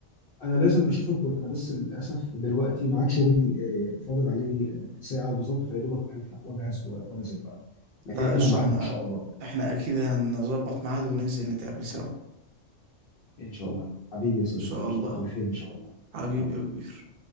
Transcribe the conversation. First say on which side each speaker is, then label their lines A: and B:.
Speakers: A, on the left; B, on the right.
A: انا لازم اشوفك ور- انا بس للاسف دلوقتي ميعاد شغلي آه، فاضل عليه آه، ساعه بالظبط فيا دوبك الحق واجهز و- وانزل بقى لكن
B: لا
A: احنا
B: قشطة
A: ميعادنا
B: احنا
A: ان شاء الله بقى
B: احنا اكيد هنظبط ميعاد وننزل نتقابل سوا
A: ان شاء الله حبيبي يا صديقي
B: ان شاء
A: اشوفك
B: الله
A: على خير ان شاء الله
B: حبيبي
A: حبيبي
B: يا كبير